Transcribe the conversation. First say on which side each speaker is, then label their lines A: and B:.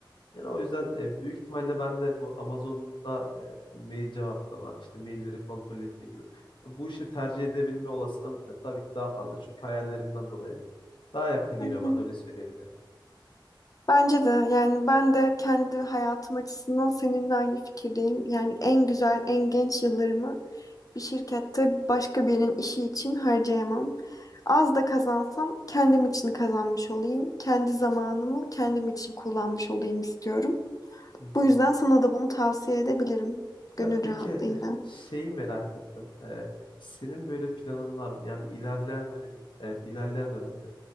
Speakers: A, on the left; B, on the left.
A: Yani o yüzden e, büyük ihtimalle ben de bu Amazon'da e, mail cevaplama, işte mailleri kontrol etme gibi. Bu işi tercih edebilme olasılığım e, tabii ki daha fazla. Çünkü hayallerimden dolayı daha yakın geliyor
B: Hı hı.
A: bana öyle söyleyeyim yani.
B: Bence de yani ben de kendi hayatım açısından seninle aynı fikirdeyim. Yani en güzel, en genç yıllarımı bir şirkette başka birinin işi için harcayamam. Az da kazansam kendim için kazanmış olayım. Kendi zamanımı kendim için kullanmış olayım istiyorum.
A: Hı
B: Bu
A: hı.
B: yüzden sana da bunu tavsiye edebilirim
A: Ya
B: gönül
A: peki
B: rahatlığıyla.
A: şeyi merak ettim. Ee, senin böyle planın var mı? Yani ilerleyen dönemin, e, ilerleyen dönemde.